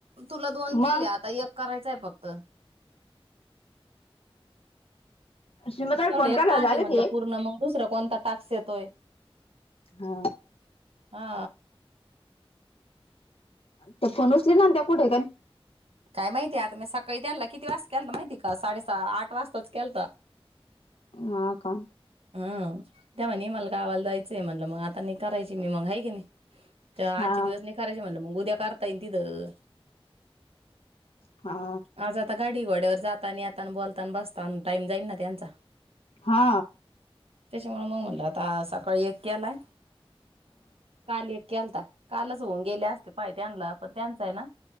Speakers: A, on the right; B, on the left.
A: तुला दोन
B: मग
A: केल्या आता एक करायचंय फक्त <inaudible>
B: सीमाताईला
A: तेवढं
B: फोन
A: एक
B: केल्यावर
A: पाहते
B: झाले
A: म्हटलं
B: ते
A: पूर्ण मग दुसरं कोणता टाक्स येतोय.
B: हा
A: हा
B: त्या फोन ऊच चिनन त्या कुठे का
A: काय माहिती आता मी सकाळी त्यांनला किती वाज केलंता माहिते का साडेसहा आठ वाजताच केलता.
B: हा का
A: हं त्या म्हणे मला गावाला जायचंय म्हटलं मग आता नाही करायची मी मग आहे की नाही. तर आजचे
B: हा
A: दिवस नि करायचे म्हणलं मग त्या करताईल तिथं
B: हा
A: आज आता गाडी घोड्यावर जात ता आणि आता बोलताण बसतान टाईम जाईन ना त्यांचा
B: हा
A: त्याच्यामुळे मग म्हणलं आता सकाळी एक केलाय काल एक केलता, कालच होऊन गेले असते. पाय त्यांनला पण त्यांचा आहे ना